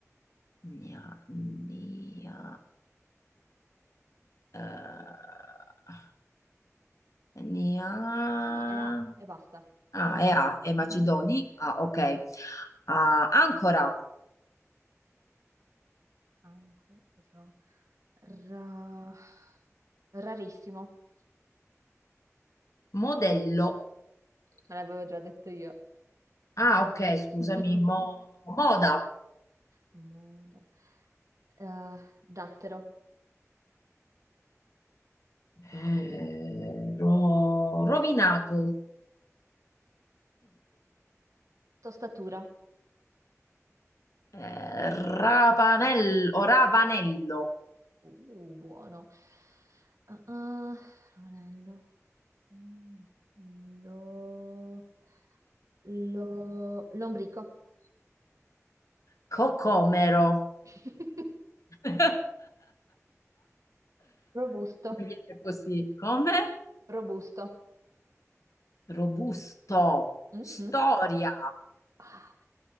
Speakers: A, on the left; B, on the right.
A: Gna- gna- eh, gna-
B: No, no, è A e basta.
A: Ah, è A, è Macedoni.
B: Mhm.
A: Ah, ok. Ah, ancora,
B: Ancora. Ra- Rarissimo,
A: modello.
B: me l'avevo già detto io.
A: Ah, ok, scusami,
B: <laughs>
A: mo- moda.
B: Moda. Eh, dattero.
A: Eh, ro- rovinato.
B: Tostatura.
A: Eh, Ravanello, o Ravanello.
B: Uh, buono. Ah, ah, ravanello. Mm, No. Lo... Lo... Lombrico.
A: Cocomero.
B: <laughs>
A: <laughs> Mi
B: Robusto.
A: viene così. Come?
B: Robusto.
A: Robusto.
B: Mhm.
A: Storia.
B: Ah.